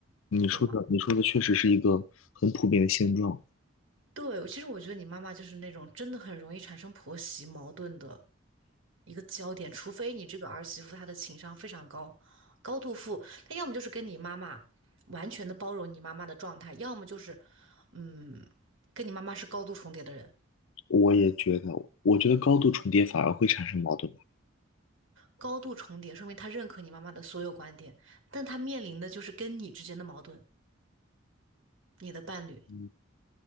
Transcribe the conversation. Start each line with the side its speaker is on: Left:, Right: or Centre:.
Left: 你说的，
Right: 你懂吗？
Left: 你说的确实是一个很普遍的现状。
Right: 对，其实我觉得你妈妈就是那种真的很容易产生婆媳矛盾的一个焦点，除非你这个儿媳妇她的情商非常高，高度富，她要么就是跟你妈妈完全的包容你妈妈的状态，要么就是，嗯，跟你妈妈是高度重叠的人。
Left: 我也觉得，我觉得高度重叠反而会产生矛盾吧。
Right: 高度重叠说明她认可你妈妈的所有观点，但她面临的就是跟你之间的矛盾，你的伴侣。
Left: 嗯，